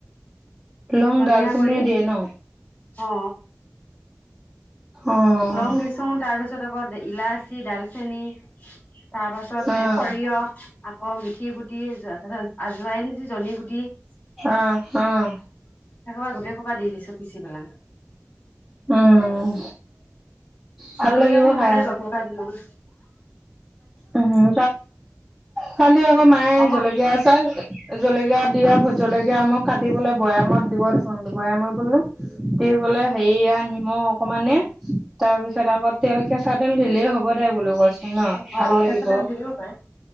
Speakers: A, in the centre; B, on the left (about 40°).
A: লং
B: ধনিয়া
A: ডালচেনিয়ে
B: গুৰি
A: দিয়ে ন।
B: অ
A: অ',
B: লং দিচু তাৰ পিছত আকৌ ইলাচি ডাল <unintelligible> তাৰপাছত এ
A: অ',
B: সৰিয়হ আক' মেথিগুটি <unintelligible> আজোৱাইন, জনী গুটি। একবাৰে
A: অ', অ',
B: গোটেই সোপা দি দিছোঁ পিচি পেলাই।
A: উম। ভাল
B: জলকীয়া
A: লাগিব
B: খিনি
A: খাই।
B: তাতে লগ লগাই দিলগে।
A: উম কালি আকৌ মায়ে
B: অক
A: জলকীয়া আচাৰ। জলকীয়া দিয়া ভোট জলকীয়া মোক কাটি পেলাই বৈয়ামত দিব দিছোঁ বৈয়ামত বুলো বোলে হেৰি য়া নিমখ অকমানে তাৰ পিছত আকৌ তেল কেঁচা তেল দিলে হ'ব দে বোলো। <unintelligible> টো ন
B: অ
A: ভাল লাগিব
B: কেঁচা তেল দি দিব পাৰে